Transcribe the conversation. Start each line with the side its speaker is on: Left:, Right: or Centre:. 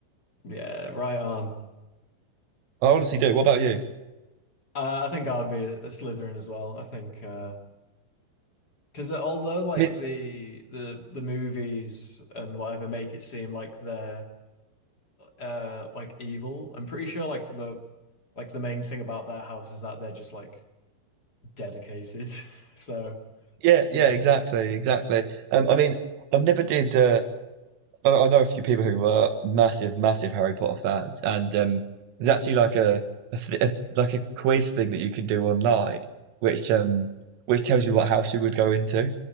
Left: Yeah, right on.
Right: I honestly do. What about you?
Left: Uh, I think I'd be a, a Slytherin as well. I think uh, Because although like
Right: I mean,
Left: the the the movies and whatever make it seem like they're uh like evil, I'm pretty sure like the like the main thing about their house is that they're just like dedicated. <laughs> So
Right: yeah,
Left: yeah,
Right: yeah, exactly, exactly. Um, I mean, I've never did. Uh, I, I know a few people who were massive, massive Harry Potter fans, and um, there's actually like a, a, th a like a quiz thing that you can do online, which um, which tells you what house you would go into.